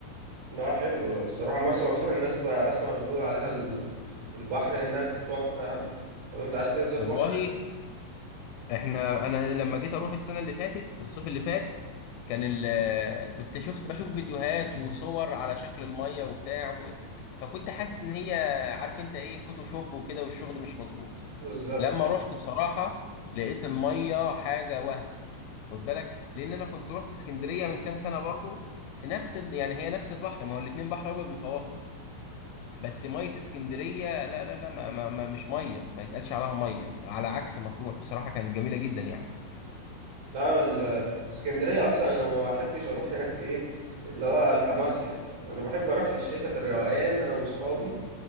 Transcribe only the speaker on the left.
والله
احنا انا لما جيت اروح السنه اللي فاتت في الصيف اللي فات كان ال كنت شفت بشوف فيديوهات وصور على شكل الميه وبتاع و... فكنت حاسس ان هي عارف انت ايه فوتوشوب وكده والشغل مش مظبوط
لما رحت بصراحه لقيت الميه حاجه وهم خد بالك لان انا كنت رحت اسكندريه من كام سنه برضو نفس ال... يعني هي نفس البحر ما هو الاتنين بحر ابيض متوسط بس ميه اسكندريه لا لا لا ما ما ما مش ميه ما يتقالش عليها ميه على عكس مطروح بصراحه كانت جميله جدا يعني